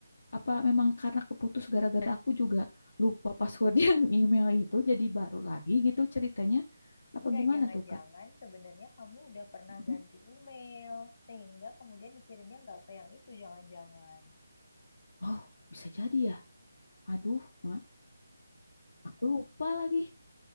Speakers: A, on the left; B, on the left.
A: Apa memang karena keputus gara-gara aku juga lupa password <laughs> yang email itu jadi baru lagi gitu ceritanya. Apa
B: Enggak,
A: gimana
B: jangan-jangan
A: tuh, Kak?
B: sebenarnya kamu udah pernah
A: Mhm.
B: ganti email, sehingga kemudian dikirimnya nggak ke yang itu, jangan-jangan.
A: Oh, bisa jadi ya. Aduh, Mak. Aku lupa lagi.